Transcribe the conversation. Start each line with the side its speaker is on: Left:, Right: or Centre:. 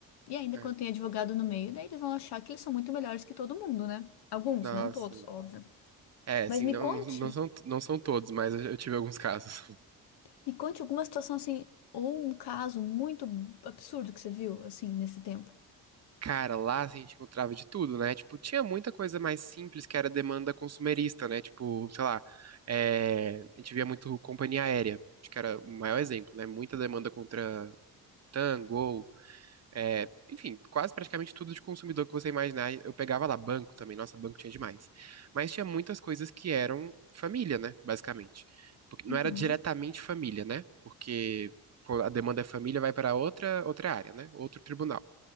Left: e ainda
Right: É.
Left: quando tem advogado no meio, daí eles vão achar que eles são muito melhores que todo mundo, né? Alguns,
Right: Nossa.
Left: não todos, óbvio.
Right: É, assim,
Left: Mas me
Right: não,
Left: conte.
Right: não são, não são todos, mas eu, eu tive alguns casos. <laughs>
Left: Me conte alguma situação assim, ou um caso muito absurdo que você viu, assim, nesse tempo.
Right: Cara, lá assim, a gente encontrava de tudo, né? Tipo, tinha muita coisa mais simples que era demanda consumerista, né? Tipo, sei lá, é, a gente via muito companhia aérea, acho que era o maior exemplo, né? Muita demanda contra Tango, é, enfim, quase praticamente tudo de consumidor que você imaginar. Eu pegava lá banco também, nossa, banco tinha demais. Mas tinha muitas coisas que eram família, né, basicamente. Porque não
Left: Uhum,
Right: era diretamente família, né? Porque pô, a demanda é família, vai para outra outra área, né? Outro tribunal.